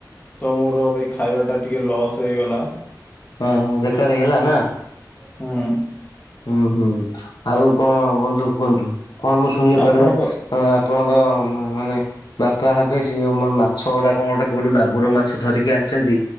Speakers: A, on the left; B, on the left.
A: ତ ମୋର ଏଇ ଖାଇବା ଟା ଟିକେ ଲସ୍ ହେଇଗଲା।
B: ହଁ ବେକାର ହେଇଗଲା ନା।
A: ହୁଁ।
B: ହୁଁ ହୁଁ ଆଉ କଣ ବନ୍ଧୁ କୁହନ୍ତୁ କଣ ମୁଁ ଶୁଣିଲି
A: ଆପଣ
B: କୁଆଡେ?
A: କ
B: ଆପଣଙ୍କ ମାନେ ବାପା ଏବେ ସେଏ ଆମର ମାଛ ଗୁଡା କଣ ଗୋଟେ କୋଉଠି ମାଗୁର ମାଛ ଧରିକି ଆଣିଛନ୍ତି